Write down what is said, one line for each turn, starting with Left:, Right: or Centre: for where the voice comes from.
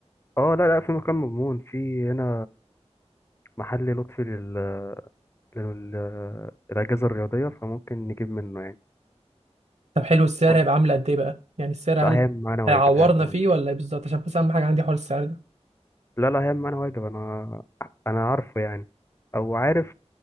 Left: اه لا لا في مكان مضمون في هنا محل لطفي لل... لل... للاجهزه الرياضيه فممكن نجيب منه يعني
Right: طب حلو السعر
Left: و-
Right: هيبقى عامل قد ايه بقى يعني السعر هل
Left: لا هيعمل معانا واجب
Right: هيعورنا
Left: هيعمل معانا
Right: فيه
Left: واجب
Right: ولا ايه بالظبط عشان بس اهم حاجه عندي حوار السعر ده
Left: لا لا هيعمل معانا واجب انا انا عارفه يعني او عارف